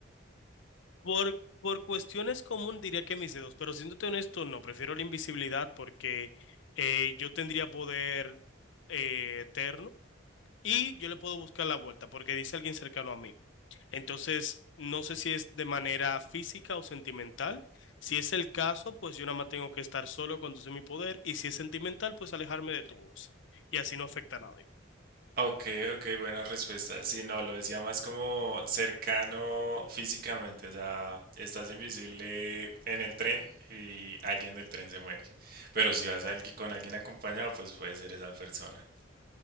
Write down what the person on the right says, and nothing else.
Ok, ok, buena respuesta. Sí, no, lo decía más como cercano físicamente, o sea, estás invisible en el tren y alguien del tren se muere. Pero si vas alguien- con alguien acompañado, pues puede ser esa persona.